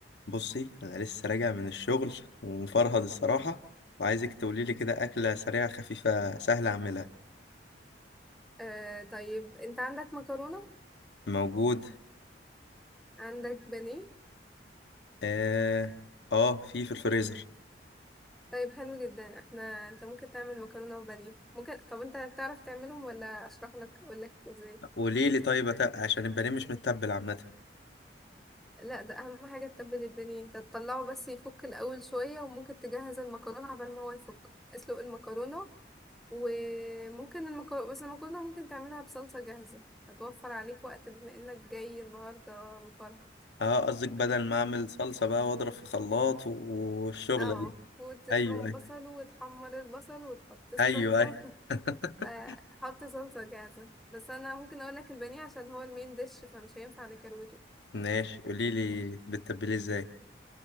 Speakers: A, on the left (about 70°); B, in the centre.
A: بصي انا لسه راجع من الشغل ومفرهد الصراحه وعايزك تقولي لي كده اكله سريعه خفيفه سهله اعملها
B: آه طيب انت عندك مكرونة
A: موجود
B: عندك بانيه
A: اه اه في في الفريزر
B: طيب حلو جدا احنا انت ممكن تعمل مكرونة وبانيه ممكن طب انت بتعرف تعملهم ولا اشرح لك اقول لك ازاي
A: قولي لي طيب أت- عشان البانيه مش متبل عامه
B: لا ده اهم حاجة تتبل البانيه انت تطلعه بس يفك الاول شوية وممكن تجهز المكرونة عبال ما هو يفك اسلق المكرونة وممكن المكرونة بس المكرونة ممكن تعملها بصلصة جاهزة هتوفر عليك وقت بما انك جاي النهاردة مفرهد
A: اه قصدك بدل ما اعمل صلصه بقى واضرب في خلاط و- والشغله
B: اه
A: دي
B: وتفرم
A: ايوه ايوه
B: بصل وتحمر البصل وتحط الصلصة
A: ايوه ايوه
B: <laughs>
A: <laughs>
B: فحط صلصة جاهزة بس أنا ممكن أقولك البانيه عشان هو المين ديش فمش هينفع نكروته
A: ماشي قولي لي بتتبليه ازاي